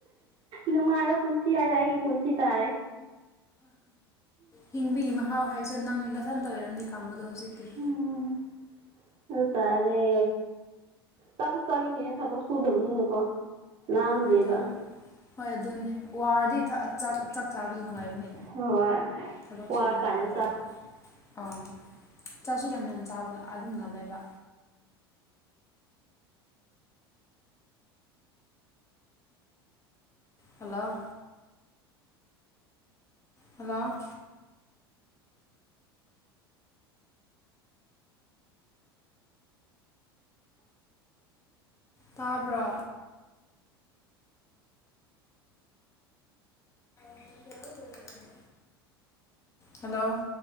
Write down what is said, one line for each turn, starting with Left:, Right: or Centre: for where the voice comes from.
Right: ꯅꯨꯡꯉꯥꯏꯕ ꯄꯨꯟꯁꯤ ꯍꯥꯏꯔ ꯑꯩꯒꯤ ꯄꯨꯟꯁꯤ ꯇꯥꯔꯦ
Left: ꯍꯤꯡꯕꯤꯒꯤ ꯃꯍꯥꯎ ꯍꯥꯏꯁꯦ ꯅꯪ ꯅꯥꯊꯟꯇ ꯑꯣꯏꯔꯝꯅꯤ ꯈꯪꯕꯗꯣ ꯍꯧꯖꯤꯛ ꯍꯧ
Right: ꯎꯝ ꯑꯗꯨ ꯇꯔꯦ ꯆꯥꯛꯁꯨ ꯆꯥꯅꯤꯡꯉꯤꯅ ꯊꯕꯛ ꯁꯨꯗꯕꯅꯤꯅꯀꯣ ꯂꯥꯝꯗꯦꯕ
Left: ꯍꯣꯏꯗ ꯍꯣꯏ ꯑꯗꯨꯅꯦ ꯋꯥꯔꯗꯤ ꯆꯥꯕꯗ ꯅꯨꯡꯉꯥꯏꯕꯅꯤ
Right: ꯍꯣꯏ
Left: ꯊꯕꯛ
Right: ꯋꯥꯔ
Left: ꯁꯨꯕꯗ
Right: ꯀꯥꯟꯗ
Left: ꯋꯥꯗꯦ
Right: ꯆꯥ
Left: ꯑꯥ ꯆꯥꯛꯁꯨ ꯌꯥꯝ ꯌꯥꯝ ꯆꯥꯕ ꯑꯗꯨꯝ ꯉꯝꯃꯦꯕ ꯍꯜꯂꯣ ꯍꯜꯂꯣ ꯇꯥꯕ꯭ꯔꯥ ꯌꯥ ꯑꯣꯏꯅꯤ ꯍꯜꯂꯣ